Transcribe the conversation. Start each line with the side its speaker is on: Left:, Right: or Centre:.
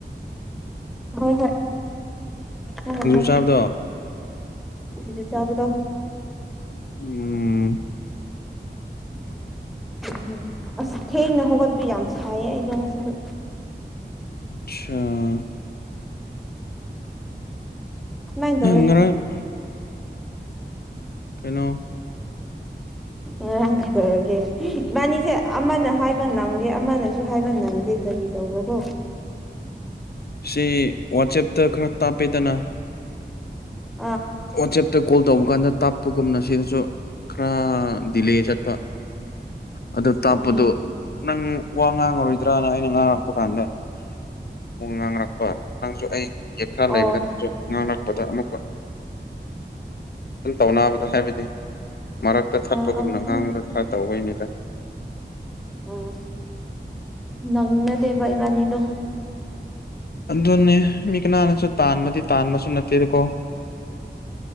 Centre: ꯍꯣꯢ ꯍꯣꯢ ꯅꯪ ꯉꯥꯝꯃꯣ
Left: ꯆꯕꯗꯣ
Centre: ꯑꯗꯥ ꯆꯥꯕꯗꯣ
Left: ꯎꯝ
Centre: ꯎ ꯎ ꯑꯁ ꯊꯦꯡꯅ ꯍꯧꯒꯠꯄ ꯌꯥꯝ ꯁꯥꯏꯌꯦ ꯑꯩꯗꯣ ꯉꯁꯤꯗꯤ
Left: ꯑꯆꯥꯥ
Centre: ꯑꯗꯨꯃꯥꯢ ꯇꯧꯋꯦ
Left: ꯉꯔꯥꯡ ꯀꯩꯅꯣ
Centre: ꯎꯝ <inaudible> ꯉꯔꯥꯡ ꯀꯩꯗꯧꯔꯒꯦ ꯏꯕꯥꯅꯤꯁꯦ ꯑꯃꯅ ꯍꯥꯏꯕ ꯅꯪꯗꯦ ꯑꯃꯅꯁꯨ ꯍꯥꯏꯕ ꯅꯪꯗꯦ ꯀꯔꯤ ꯀꯔꯤ ꯇꯧꯕꯔꯥ ꯀꯣ
Left: ꯁꯤ ꯋꯥꯆꯦꯞꯇ ꯈꯔ ꯇꯥꯞꯄꯤꯗꯅ
Centre: ꯍꯣꯏ
Left: ꯋꯥꯆꯦꯞꯇ ꯀꯣꯜ ꯇꯧꯕ ꯀꯥꯟꯗ ꯇꯞꯄꯒꯨꯝꯅ ꯁꯤꯗꯁꯨ ꯈꯔ ꯗꯤꯂꯦ ꯆꯠꯄ ꯑꯗꯨ ꯇꯥꯛꯞꯄꯗꯣ
Centre: ꯑꯣ
Left: ꯅꯪ ꯋꯥ ꯉꯥꯡꯉꯔꯣꯏꯗ꯭ꯔꯥꯅ ꯑꯩꯅ ꯉꯥꯡ ꯊꯣꯛꯄꯀꯥꯟꯗ ꯑꯃꯨꯛ ꯉꯥꯡꯔꯛꯄ ꯅꯪꯁꯨ ꯑꯩ ꯒꯦꯞ ꯈꯔ
Centre: ꯑꯣ
Left: ꯂꯩꯕꯗ ꯅꯪꯁꯨ ꯉꯥꯡꯔꯛꯄꯗ ꯑꯃꯨꯛꯀ ꯁꯨꯝ ꯇꯧꯅꯕꯗ ꯍꯥꯏꯕꯗꯤ ꯃꯔꯛꯇ ꯊꯠꯄꯒꯨꯝꯅ
Centre: ꯑꯥ ꯑꯥ ꯈꯪꯗꯦ
Left: ꯉꯥꯡꯕꯗ ꯈꯔ ꯇꯧꯕꯩꯅꯦ ꯠꯇ <inaudible>
Centre: ꯎꯝ ꯅꯪꯗꯦꯕ ꯏꯕꯥꯟꯅꯤꯗꯣ
Left: ꯑꯗꯨꯅꯤ ꯃꯤ ꯀꯅꯅꯁꯨ ꯇꯥꯟꯕꯗꯤ ꯇꯥꯟꯕꯃꯁꯨ ꯅꯠꯇꯦꯗꯀꯣ